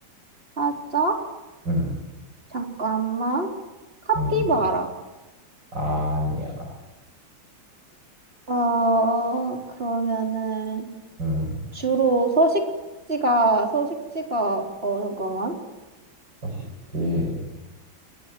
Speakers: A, on the right; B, on the right.
A: 살짝?
B: 음,
A: 잠깐만. 카피바라.
B: 음, 아니야.
A: 어, 그러면은
B: 음,
A: 주로 서식지가, 서식지가, 어, 잠깐만.
B: 서식지.